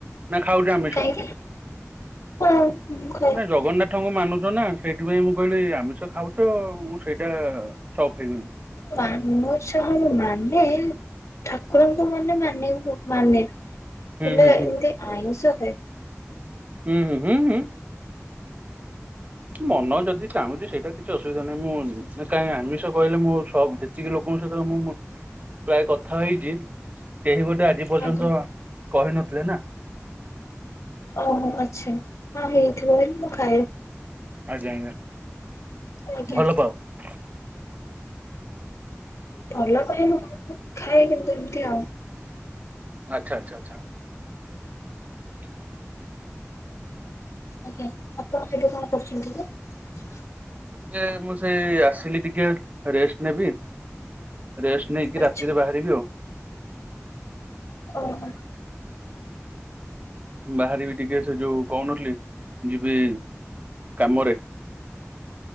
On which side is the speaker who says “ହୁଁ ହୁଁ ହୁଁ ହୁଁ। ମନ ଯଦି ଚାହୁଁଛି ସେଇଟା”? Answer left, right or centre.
Right